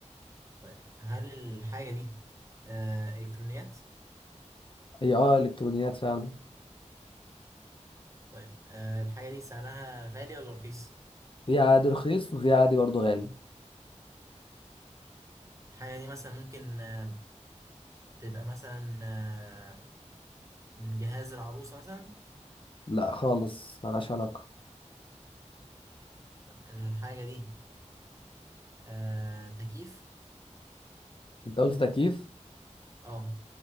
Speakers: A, on the right; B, on the left.
A: طيب هل الحاجة دي آه إلكترونيات؟
B: هي اه الكترونيات فعلا
A: طيب آه الحاجة دي سعرها غالي ولا رخيص؟
B: في عادي رخيص وفي عادي برضو غالي
A: الحاجة دي مثلا ممكن آه تبقى مثلا آه من جهاز العروسة مثلا؟
B: لا خالص ملهاش علاقه
A: طيب الحاجة دي آه تكييف؟
B: انت قلت تكييف
A: اه